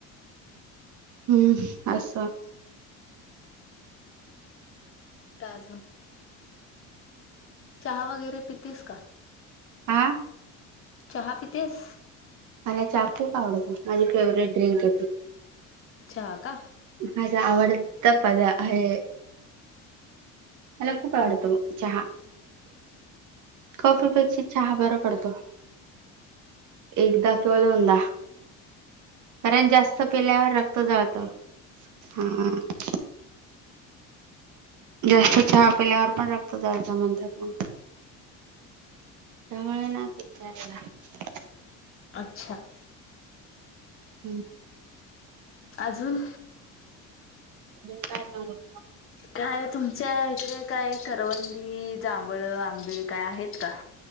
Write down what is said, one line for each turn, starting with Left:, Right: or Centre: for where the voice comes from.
Right: હમ આસ
Left: કાઝુ. <inaudible> ચા વગેરે પીતીસ કા.
Right: હા.
Left: ચાહ પીતાસ.
Right: મને ચા ખૂબ આવડતો, મારી ફેવરેટ ડ્રિંક હતી.
Left: ચા કાં.
Right: માજા આડતા, પદ હમ, ખબ. પાડતો ચાય, કોફી પેક્ષી ચહેરા બરો પડતો. એકદા ક દોનદા. કારણ જાસ્ત પીલાવ રક્ત જળત હા. <unintelligible> જાસ્ત ચા પીવાથી, પણ રક્ત જ મનતા. મ ના પચારલા. <unintelligible>
Left: અચ્છા.
Right: હમ.
Left: આ શું?
Right: બ ક. <unintelligible>
Left: કઈ તુમ કડ, કઈ કરવંદી, જાંબુ, આંબા કઈ ક.